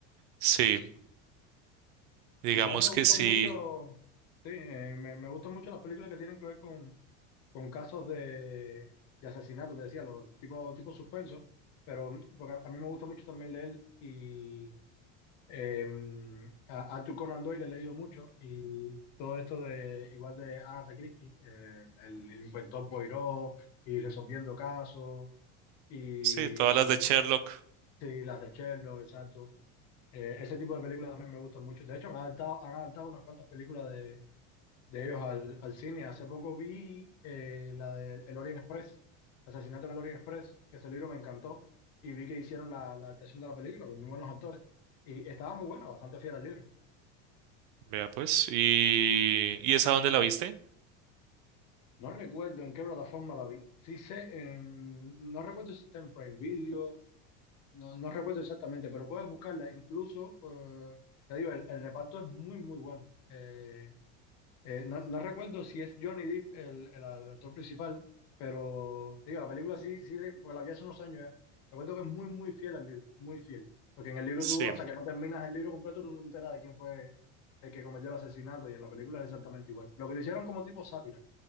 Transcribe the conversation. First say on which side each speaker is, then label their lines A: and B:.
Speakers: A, on the right (about 55°); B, on the left (about 50°).
A: Sí,
B: Mm.
A: digamos
B: Igual me gustan
A: que sí,
B: mucho, sí, eh, me, me gustan mucho las películas que tienen que ver con, con casos de, de asesinato, te decía, los tipo, tipo suspenso, pero porque a mí me gusta mucho también leer y Eh, a Arthur Conan Doyle he leído mucho y todo esto de igual de Agatha Christie, eh, el, el inspector Poirot y resolviendo casos y
A: sí, todas las de Sherlock.
B: sí, las de Sherlock, exacto. Eh, ese tipo de películas también me gustan mucho. De hecho, han adaptado, han adaptado unas cuantas películas de, de ellos al, al cine. Hace poco vi eh, la de El Orient Express, Asesinato en el Orient Express, que ese libro me encantó y vi que hicieron la, la adaptación de la película con muy buenos actores y estaba muy bueno, bastante fiel al libro.
A: Vea pues. ¿Y, y esa dónde la viste?
B: No recuerdo en qué plataforma la vi. Sí sé, en- no recuerdo si está en Prime Video, no, no recuerdo exactamente, pero puedes buscarla. Incluso, eh, te digo, el, el reparto es muy, muy bueno. Eh, eh, no, no recuerdo si es Johnny Depp el, el actor principal, pero te digo, la película sí, sí, re- porque la vi hace unos años ya. Recuerdo que es muy, muy fiel al libro, muy fiel. Porque en el libro
A: Sí.
B: tú, hasta que no terminas el libro completo, tú no te enteras de quién fue el que cometió el asesinato y en la película es exactamente igual. Lo que le hicieron como tipo sátira